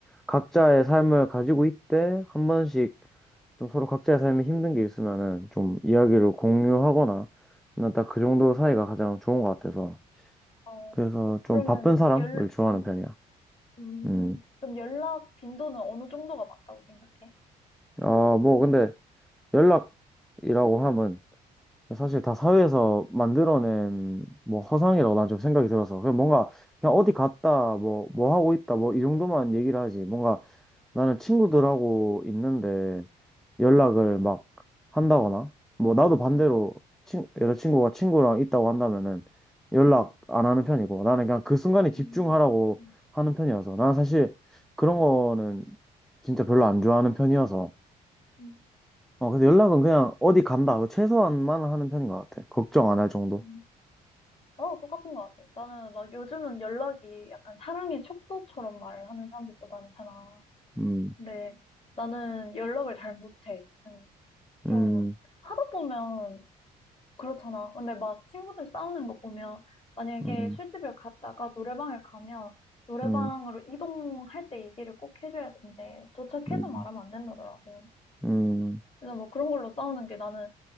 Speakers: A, in the centre; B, on the left.
A: 각자의 삶을 가지고 있대 한 번씩 좀 서로 각자의 삶에 힘든 게 있으면은 좀 이야기를 공유하거나 난 딱 그 정도 사이가 가장 좋은 것 같아서
B: 어,
A: 그래서
B: 그러면
A: 좀 바쁜 사람을
B: 연,
A: 좋아하는
B: 음,
A: 편이야.
B: 음,
A: 음.
B: 그럼 연락 빈도는 어느 정도가 맞다고 생각해?
A: 아, 뭐 근데 연락 이라고 하면 사실
B: 응,
A: 다 사회에서 만들어낸 뭐 허상이라고 난 좀 생각이 들어서 그냥 뭔가 그냥
B: 어,
A: 어디 갔다 뭐 뭐 하고 있다 뭐 이 정도만 얘기를 하지 뭔가 나는 친구들하고
B: 응.
A: 있는데 연락을
B: 응.
A: 막 한다거나 뭐 나도 반대로
B: 응.
A: 친 여자친구가 친구랑 있다고 한다면은 연락
B: 응,
A: 안 하는 편이고 나는 그냥 그 순간에 집중하라고
B: 음, 응.
A: 하는 편이어서 나는 사실 그런 거는
B: 응.
A: 진짜 별로 안 좋아하는 편이어서
B: 음,
A: 어,
B: 음,
A: 근데 연락은 그냥 어디 간다. 최소한만 하는 편인 것 같아. 걱정 안 할 정도.
B: 음. 나도 똑같은 것 같아. 나는 막 요즘은 연락이 약간 사랑의 척도처럼 말을 하는 사람들도 많잖아.
A: 음,
B: 근데 나는 연락을 잘 못해. 음, 좀
A: 음,
B: 하다 보면 그렇잖아. 근데 막 친구들 싸우는 거 보면 만약에
A: 음,
B: 술집을 갔다가 노래방에 가면 노래방으로
A: 음,
B: 이동할 때 얘기를 꼭 해줘야 된대. 도착해서
A: 음,
B: 말하면 안 된다더라고.
A: 음,
B: 그래서 뭐 그런 걸로 싸우는 게 나는